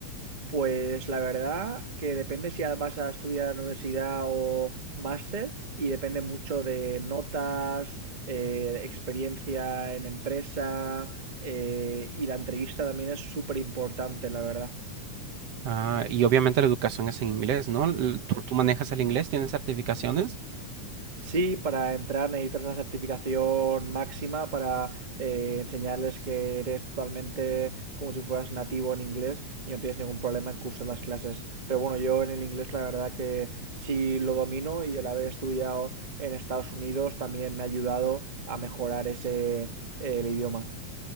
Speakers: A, on the right (about 45°); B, on the right (about 60°).
A: Pues la verdad que depende si vas a estudiar en universidad o máster y depende mucho de notas, eh, experiencia en empresa eh, y la entrevista también es súper importante, la verdad.
B: Ah, y obviamente la educación es en inglés, ¿no? L- ¿Tú, tú manejas el inglés? ¿Tienes certificaciones?
A: Sí, para entrar necesitas la certificación máxima para eh, enseñarles que eres totalmente como si fueras nativo en inglés y no tienes ningún problema en cursar las clases. Pero bueno, yo en el inglés la verdad que sí lo domino y el haber estudiado en Estados Unidos también me ha ayudado a mejorar ese, el idioma.